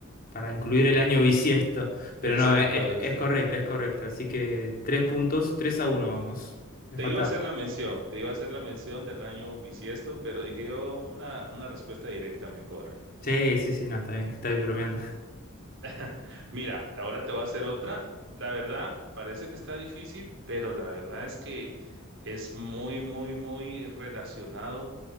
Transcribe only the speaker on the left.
para incluir el año bisiesto. Pero
no, e- es,
es correcta,
es correcta. Así que tres puntos, 3 a uno vamos. Me
falta.
Sí, sí, sí, no, está bien, está bien bromeando.